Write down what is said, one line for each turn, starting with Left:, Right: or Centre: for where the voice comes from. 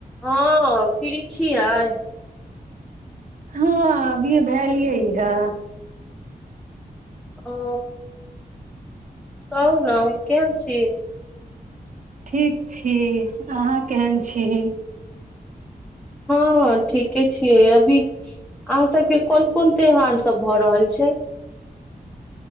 Centre: हँ फ्रि छियै
Right: हँ अभिये भेलियै ह
Centre: ओ तहन केहन छी
Right: ठीक छी अहाँ केहन छी
Centre: हँ ठीके छियै अभी अहाँ सभके कोन कोन त्यौहार सभ भऽ रहल छै